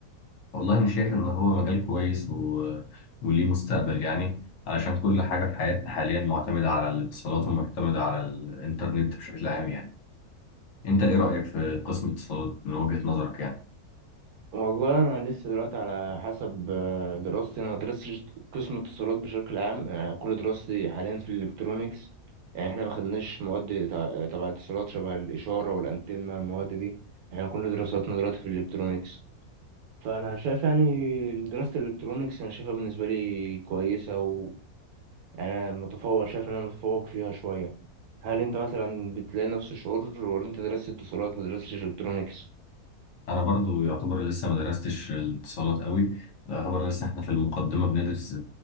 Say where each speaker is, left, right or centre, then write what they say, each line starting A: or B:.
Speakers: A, on the left; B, on the right.
A: والله أنا شايف إن هو مجال كويس و... وليه مستقبل يعني علشان كل حاجة في حياتنا حاليا معتمدة على الاتصالات ومعتمدة على الإنترنت بشكل عام يعني أنت إيه رأيك في قسم اتصالات من وجهة نظرك يعني؟
B: والله انا لسه دلوقتي على حسب آه، دراستي انا ما درستش قسم اتصالات بشكل عام انا كل دراستي حاليا في الالكترونيكس يعني احنا ما خدناش مواد تع- تبع اتصالات شبه الاشاره والانتنه المواد دي احنا كل دراستنا دلوقتي في الالكترونيكس فانا شايف يعني دراسه الالكترونيكس انا شايفها بالنسبه لي كويسه و يعني انا متفوق شايف ان انا متفوق فيها شويه هل انت مثلا بتلاقي نفس الشعور ولا انت درست اتصالات ما درستش الكترونيكس
A: انا برضو يعتبر لسه ما درستش الاتصالات قوي يعتبر لسه احنا في المقدمه بندرس